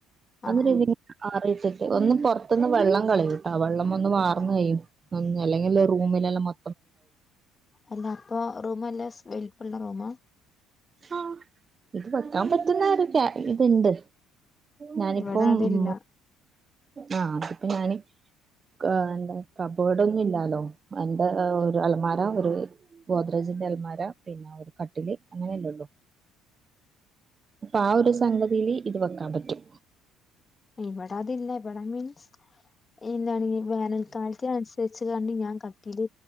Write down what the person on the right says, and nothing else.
അന്ന് <unintelligible>
ഒന്ന് പൊറത്ത്ന്ന് വെള്ളം കളയും ട്ടോ വെള്ളം ഒന്ന് വാ റ്ന്നയ്യും അല്ലെങ്കിൽ റൂമിലെല്ലാം മൊ
ആ ഇത് വെക്കാൻ പറ്റ്ന്നൊര് ഗ്യാ ഇത്ണ്ട് ഞാനിപ്പം
മു ആ അതിപ്പോ ഞാന് ക എന്താ കബേർഡൊന്നും ഇല്ലാലോ എന്റെ ഒര് അലമാര ഒരു ഗോദ്രേജിന്റെ അലമാര പിന്നെ ഒരു കട്ടില് അങ്ങനെയല്ലോ അപ്പൊ ആ ഒരു സംഗതില് ഇത് വെക്കാൻ പറ്റും